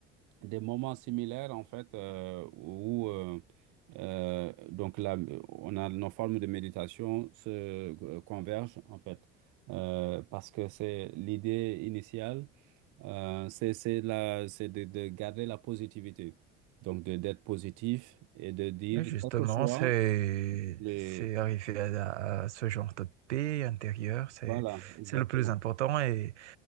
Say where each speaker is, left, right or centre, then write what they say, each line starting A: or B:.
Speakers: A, on the right; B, on the right.
A: des moments similaires en fait euh, où euh, euh, donc là, on a nos formes de méditation se euh, convergent en fait, Euh, parce que c'est l'idée initiale, euh, c'est c'est la, c'est de, de garder la positivité, donc de d'être positif et de dire
B: Et Justement,
A: quel que soit
B: c'est
A: les,
B: c'est arriver à, la- à ce genre de paix intérieure, c'est
A: voilà, exactement.
B: c'est le plus important. Et